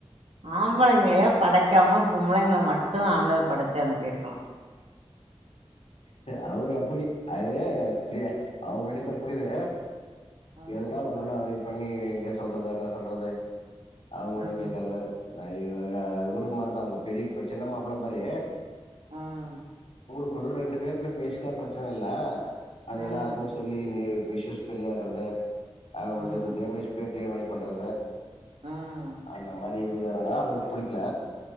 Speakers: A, on the right; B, on the left.
A: ஆம்பளைங்ளே படக்காம பொம்ளைங்ள மட்டு ஆண்டவர் படச்சு அனுப்பிர்க்லா
B: த அவர் அப்படி அது இப்டி அவுங் மேலயு தப்புக்கீது
A: ம்
B: எதனா ஒன்னுன்னா ஐ பண்ணி இங்க சொல்றது அங்க சொல்றது அவங்க
A: ம்
B: வந்து கேக்குறது <unintelligible> இவுரு மாரிதா உங்க பெரியப்ப சின்ன மாப்பிள மாரி
A: ம்
B: க்குள்ள ரெண்டு பேருக்குள்ள பேசிட்டா பிரச்சனை இல்ல அது
A: ம்
B: எல்லாருக்கு சொல்லி இஷூஸ் பெரியாகறத அவுங்கள
A: ம்
B: பத்தி டேமேஜ் பேர் டேமேஜ் பண்றது
A: ம்
B: அந்த மாரி அப்டி இருந்து வரனா அவருக் புடிக்கல